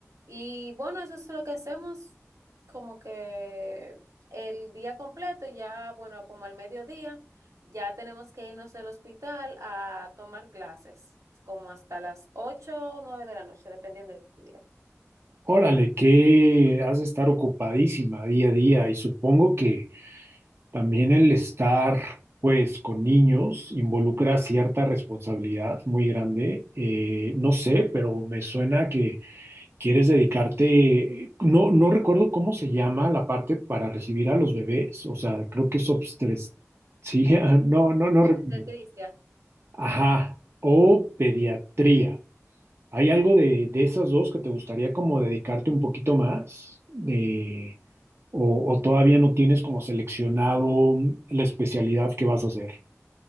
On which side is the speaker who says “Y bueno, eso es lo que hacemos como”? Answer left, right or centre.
Right